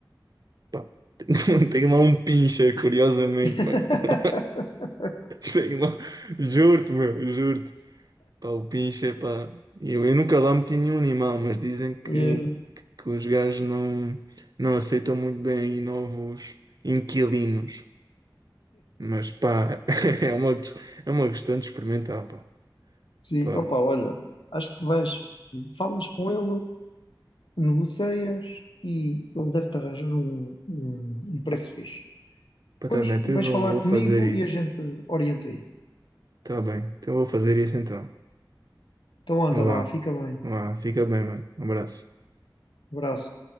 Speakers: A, on the right; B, on the left.
A: Pá, <laughs> tem lá um pincher, curiosamente,
B: <laughs>
A: mano. <laughs> Tem lá, juro-te, meu, juro Pá, o pinche, pá, eu, eu nunca lá meti nenhum animal, mas dizem que,
B: É.
A: que, que os gajos não, não aceitam muito bem aí novos inquilinos. Mas pá, <laughs> é uma, ques- é uma questão de experimentar, pá.
B: Sim,
A: Pá,
B: opa, olha, acho que vais, falas com ele negocias e ele deve-te arranjar um, um, um preço fixe.
A: pá,
B: Depois
A: tá bem, então
B: vais
A: eu vou,
B: falar
A: vou
B: comigo
A: fazer isso.
B: e a gente orienta isso.
A: Tá bem, então eu vou fazer isso então.
B: Então anda,
A: Então
B: vá,
A: Vá,
B: fica bem.
A: vá, fica bem, mano. Um abraço.
B: Abraço.